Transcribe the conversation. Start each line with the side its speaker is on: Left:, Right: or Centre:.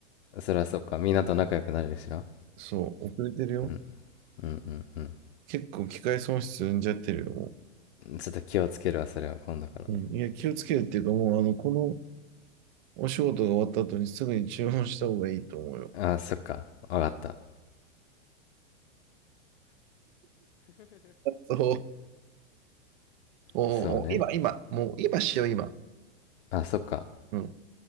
Left: そりゃそうか。みんなと仲良くなれるしな。
Right: そう、遅れてるよ。
Left: うんうんうんうん。
Right: 結構機械損失生んじゃってるよ、も
Left: ちょっと気をつけるわ、それは、今度か
Right: う。うん、いや、気をつけるっていうか、もう、あの、この、お仕事が終わった後にすぐに注文した方がいいと思うよ。
Left: ら。ああ、そっか。わかった。
Right: そう。おお今、
Left: そうね。
Right: 今、もう今しよう、今。
Left: あ、そっか。
Right: うん。